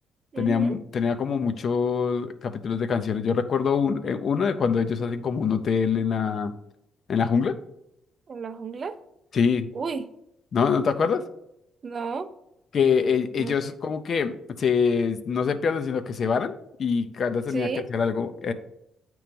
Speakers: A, on the left; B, on the right.
A: Tenía,
B: Ujú,
A: m- tenía como muchos capítulos de canciones. Yo recuerdo un- eh, uno de cuando ellos hacen como un hotel en la, en la jungla.
B: ¿En la jungla?
A: Sí,
B: Uy,
A: ¿no? ¿No te acuerdas?
B: no,
A: Que e- ellos
B: no,
A: como que se, no se pierden, sino que se varan y cada tenía
B: sí,
A: que hacer algo